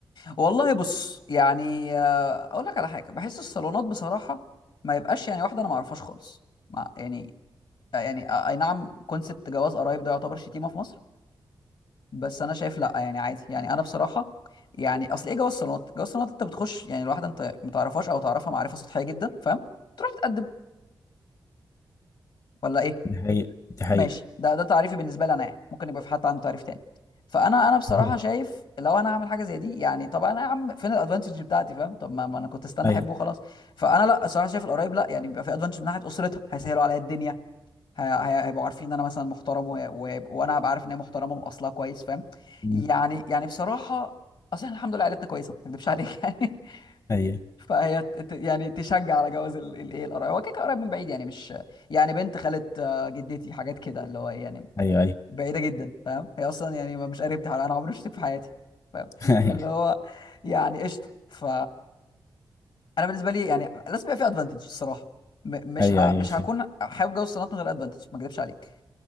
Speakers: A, on the left; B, on the left.
A: والله بص يعني آه، اقول لك على حاجه بحس الصالونات بصراحه ما يبقاش يعني واحده انا ما اعرفهاش خالص ما يعني آه، يعني آه، اي نعم كونسبت جواز قرايب ده يعتبر شتيمه في مصر بس انا شايف لا يعني عادي يعني انا بصراحه يعني اصل ايه جواز الصالونات جواز الصالونات انت بتخش يعني الواحده انت ما تعرفهاش او تعرفها معرفه سطحيه جدا فاهم تروح تتقدم ولا ايه
B: دي حقيقة دي حقيقة
A: ماشي ده ده تعريفي بالنسبه لي انا يعني ممكن يبقى في حد عنده تعريف تاني فانا انا بصراحه
B: <laughs>
A: شايف لو انا هعمل حاجه زي دي يعني طب انا يا عم فين الادفانتج بتاعتي فاهم طب ما, ما انا كنت استنى
B: ايوه
A: احبه خلاص فانا لا الصراحه شايف القرايب لا يعني بيبقى في ادفانتج من ناحيه اسرتها هيسهلوا عليا الدنيا ه- ه- هيبقوا عارفين ان انا مثلا محترم وه... وه... وانا هبقى عارف ان هي محترمه من اصلها كويس فاهم
B: أمم.
A: يعني يعني بصراحه اصلا الحمد لله عيلتنا كويسه ما اكدبش عليك <laughs> يعني
B: ايوه
A: فهي ت... ت- يعني تشجع على جواز الايه القرايب هو كده كده قرايب من بعيد يعني مش يعني بنت خالة آه، جدتي حاجات كده اللي هو إيه يعني
B: ايوه ايوه
A: بعيده جدا فاهم هي اصلا يعني ما- مش قريبتي حوالي انا عمري ما شفتك في حياتي فاهم
B: <laughs>
A: <laughs>
B: ايوه
A: فاللي هو يعني قشطه ف انا بالنسبه لي يعني لازم يبقى في ادفانتج الصراحه م- مش
B: ايوه
A: ه...
B: ايوه
A: مش
B: فاهم
A: هكون حابب جوز الصالونات من غير ادفانتج ما اكذبش عليك